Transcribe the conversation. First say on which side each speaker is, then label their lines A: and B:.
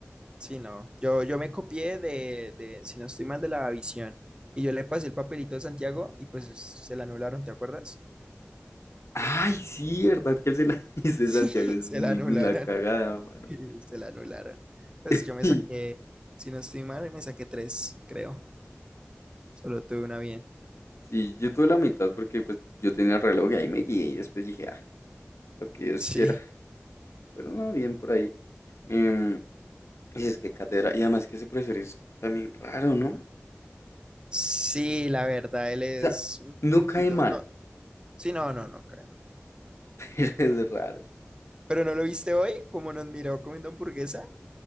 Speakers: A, on the right; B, on the left.
A: Sí, no. Yo, yo me copié de, de, si no estoy mal, de la visión. Y yo le pasé el papelito a Santiago y pues se la anularon, ¿te acuerdas?
B: Ay, sí, ¿verdad que él se la <laughs> dice
A: <laughs> Se
B: Santiago? Es muy
A: la anularon.
B: una cagada, mano.
A: <laughs> Se la anularon. Pues
B: <laughs>
A: yo me saqué, si no estoy mal, me saqué tres, creo. Solo tuve una bien.
B: Sí, yo tuve la mitad porque pues yo tenía el reloj y ahí me guié y después dije, ah, lo que Dios
A: Sí.
B: quiera. Pero no, bien por ahí. Em, y es que cátedra, y además que ese profesor es también raro, ¿no? O
A: Sí, la verdad, él es
B: sea,
A: un
B: no
A: poquito.
B: cae mal,
A: No, sí, no, no, no, cae mal.
B: <laughs> pero es raro.
A: Pero no lo viste hoy, como nos miró comiendo hamburguesa,